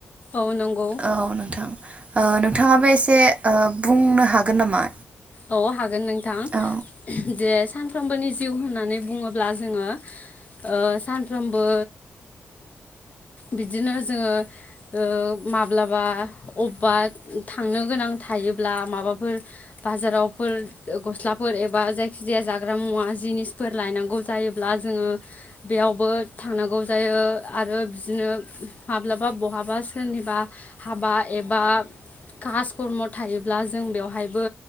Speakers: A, on the left; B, on the right.
A: औ नंगौ।
B: औ नोंथां ओ नोंथाङाबो एसे ओ बुंनो हागोन नामा?
A: औ हागोन नों थां
B: औ
A: जे सान फ्रामबोनि जिउ होननानै बुङोब्ला जोङो ओ सानफ्रोमबो बिदिनो जोङो ओ माब्लाबा अबबा थांनो गोनां थायोब्ला माबाफोर बाजारावफोर गस्लाफोर एबा जायखि जाया जाग्रा मुवा जिनिसफोर लायनांगौ जायोब्ला जोङो बेयावबो थांनांगौ जायो आरो बिदिनो माब्लाबा बहाबा सोरनिबा हाबा एबा कास खरम थायोब्ला जों बेवहायबो